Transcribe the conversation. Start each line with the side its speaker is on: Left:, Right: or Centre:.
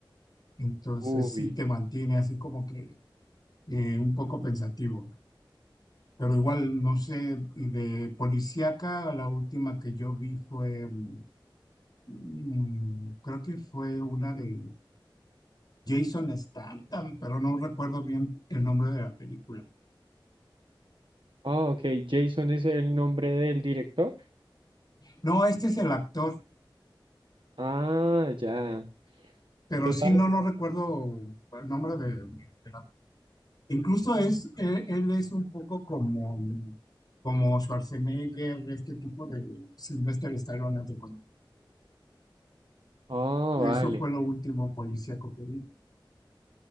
Left: Entonces,
Right: Ubi.
Left: sí te mantiene así como que eh, un poco pensativo. Pero igual, no sé, y de policíaca, la última que yo vi fue, mm, mm, creo que fue una de Jason Statham, pero no recuerdo bien el nombre de la película.
Right: Ah, ok, Jason es el nombre del director.
Left: No, este es el actor,
Right: Ah, ya.
Left: pero
Right: Yo
Left: sí,
Right: sabes,
Left: no,
Right: no.
Left: no recuerdo el nombre de, de la- Incluso es, eh, él es un poco como, mm, como Schwarzenegger, este tipo de Sylvester Stallone, haz de cuenta.
Right: Ah,
Left: Eso
Right: vale.
Left: fue lo último policíaco que vi.